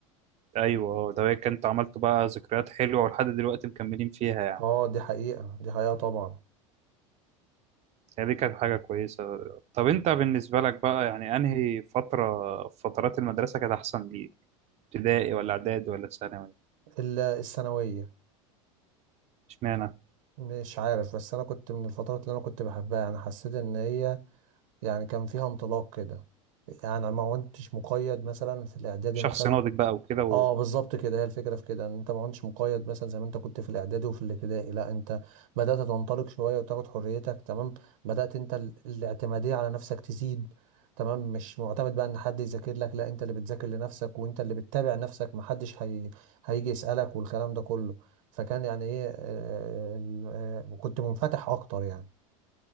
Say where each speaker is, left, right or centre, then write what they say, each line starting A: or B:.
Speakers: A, on the right (about 40°); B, on the right (about 75°).
A: ايوه اه ده كنت عملت بقى ذكريات حلوه ولحد دلوقتي مكملين فيها يعني
B: اه دي حقيقه دي حقيقه طبعا
A: يعني دي كانت حاجه كويسه طب انت بالنسبه لك بقى يعني انهي فتره في فترات المدرسه كانت احسن ليك ابتدائي ولا اعدادي ولا ثانوي
B: الا الثانويه
A: اشمعنى
B: مش عارف بس انا كنت من الفترات اللي انا كنت بحبها انا حسيت ان هي يعني كان فيها انطلاق كده يعني ما كنتش مقيد مثلا في الاعدادي
A: شخص
B: مثلا
A: ناضج بقى وكده و...
B: اه بالظبط كده هي الفكره في كده ان انت ما كنتش مقيد مثلا زي ما انت كنت في الاعدادي وفي الابتدائي لا انت بدات تنطلق شويه وتاخد حريتك تمام بدات انت ال- الاعتماديه على نفسك تزيد تمام مش معتمد بقى ان حد يذاكر لك لا انت اللي بتذاكر لنفسك وانت اللي بتتابع نفسك محدش هي... هيجي يسالك والكلام ده كله فكان يعني ايه آه، ال- آه، كنت منفتح اكتر يعني